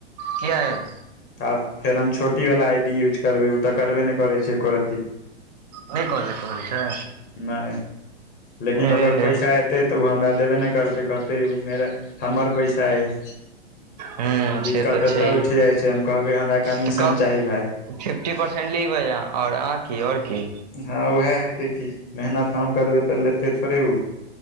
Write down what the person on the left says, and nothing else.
आब फेर हम छोटी वाला आई डी यूज करबै ओ तऽ करबे नै करैत छै एको रत्ती
नहि लेकिन
ओकर पैसा एत तै तऽ ओ हमरा देबे नहि करतै कहतै ओ मेरा हमर पैसा हइ
दिक्कत
एतऽ
उठि जाइ छै हम कहबै हमरा कमीशन
चाही
भाय
हँ ओएह हेतै की मेहनत हम करबै तऽ लेतै थोड़े उ